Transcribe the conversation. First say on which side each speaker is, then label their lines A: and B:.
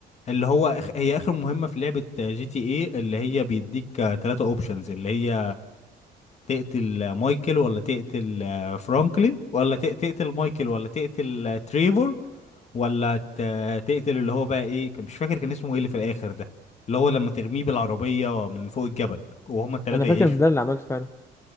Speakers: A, on the left (about 40°); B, on the left (about 15°).
A: اللي هو أخ... هي اخر مهمة في لعبة جي تي ايه اللي هي بيديك آه، تلاتة اوبشنز اللي هي تقتل آه، مايكل ولا تقتل آه، فرانكلين ولا ت- تقتل مايكل ولا تقتل آه، تريفور ولا ت... تقتل اللي هو بقى ايه كان مش فاكر كان اسمه ايه اللي في الاخر ده اللي هو لما ترميه بالعربية من فوق الجبل وهما التلاتة
B: انا فاكر
A: يعيشوا
B: إن ده اللي عملته فعلا